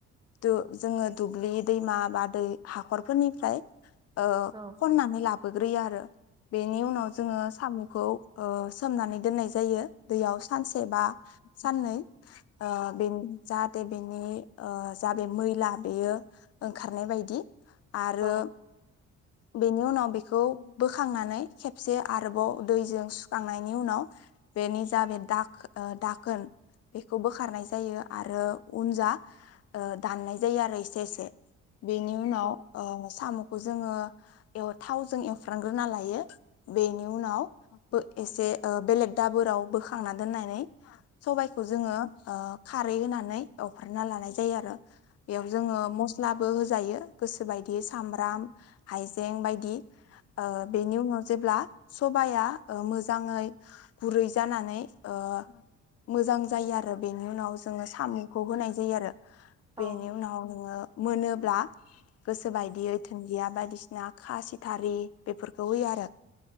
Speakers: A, on the left (about 55°); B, on the right (about 15°).
A: दु जोङो दुब्लि दैमा बा दै हाखरफोरनिफ्राय ओ
B: औ
A: खननानै ला बोग्रोयो आरो बेनि उनाव जोङो साम'खौ ओ सोमनानै दोननाय जायो दैयाव सानसे बा साननै ओ बेनि जा बेनि औ जा मै ला बेयो ओंखारनाय बायदि आरो
B: औ
A: बेनि उनाव बेखौ बोखांनानै खेबसे आरोबाव दैजों सुखांनायनि उनाव बेनि जा बे दा दाखोन बेखौ बोखारनाय जायो आरो उन जा ओ दाननाय जायो आरो एसे एसे बेनि उनाव
B: औ औ
A: ओ साम' खौ जोङो एव थावजों एवफ्रांग्रोना लायो बेनि उनाव बो एसे ओ बेलेग दाबोराव बोखांना दोननानै सबायाइखौ जोङो ओ खारै होनानै एवफ्रामना लानाय जायो आरो बेयाव जोङो मस्ला बो होजायो गोसो बायदि सामब्राम हाइजें बायदि ओ बेनि उनाव जेब्ला सबाया ओ मोजाङै गुरै जानानै ओ मोजां जायो आरो बेनि उनाव जोङो साम'खौ होनाय जायो आरो
B: औ
A: बेनि उनाव मोनोब्ला गोसो बायदियै दुन दिया बायदिसिना खासिथारि बेफोरखौ होयो आरो